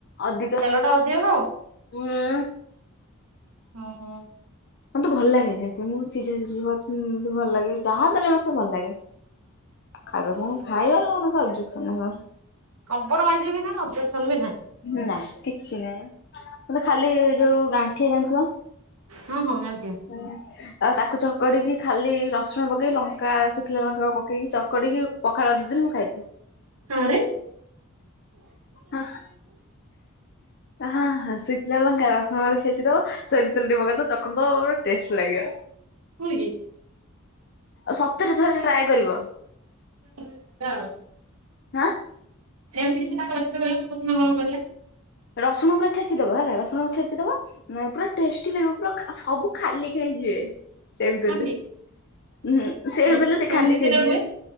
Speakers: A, on the left; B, on the right.
A: ଅଧିକ
B: <unintelligible>
A: ଉଁ
B: ଓ ହୋ।
A: ମୋତେ ଭଲ ଲାଗେନି ଏତ ମୁଁ ସିଝା ସିଝ ବି ଭଲ ଲାଗେ ଯାହା ଦେଲେ ମତେ ଭଲ ଲାଗେ। ଖାଇବା
B: ହଁ
A: ପାଇଁ ଖାଇବାର କୌଣସି ଅବଜେକ୍ସନ ନାହିଁ ମୋର।
B: କମ୍ପ୍ରୋମାଇଜ୍ ବି ନାହିଁ ଅବଜେକ୍ସନ ବି ନାହିଁ।
A: ନା କିଛି ନାହିଁ। ମତେ ଖାଲି ଯୋଉଁ ଗାଣ୍ଠିଆ ଗାଣ୍ଠିଆ
B: ହଁ ହଁ ଗାଣ୍ଠିଆ
A: ହୁଁ ଆଉ ତାକୁ ଚକଡିକି ଖାଲି ରସୁଣ ପକେଇ ଲଙ୍କା ଶୁଖିଲା ଲଙ୍କାକୁ ପକେଇକି ଚକଡିକି ପଖାଳ ଭାତ ଦେଲେ ମୁଁ ଖାଇଦେବି।
B: ହଁ ରେ
A: ହଁ ହଁ ହଁ ସିକ ଲଙ୍କା ରସୁଣ ଛେଚି ଦବ ସୋରିଷ ତେଲ ଟିକେ ପକେଇ ଦବ ଚକୁଟି ଦବ ବଢ଼ିଆ ଟେଷ୍ଟ ଲାଗିବ।
B: ନୁହେଁ କି
A: ଆଉ ସତରେ ଥରେ ଟ୍ରାଏ କରିବ।
B: କରିବା ଆଉ।
A: ହାଁ
B: ଏମିତି ସେଟା କରିବା କହିଲ ପ୍ରଥମେ କଣ କରିବା?
A: ରସୁଣ ପୁରା ଛେଚିଦବ ହେଲା ରସୁଣ କୁ ଛେଚିଦବ ନାଇଁ ପୁରା ଟେଷ୍ଟି ଲାଗିବ ପୁରା ସବୁ ଖାଲି ଖାଇଯିବେ ସେମିତି
B: ହଁ
A: ଦେଲେ।
B: କି
A: ହୁଁ ସେଇଆ
B: କେମିତି
A: କୁ ଦେଲେ ସେ ଖାଲି
B: ସେଟା
A: ଖାଇଯିବେ।
B: ହୁଏ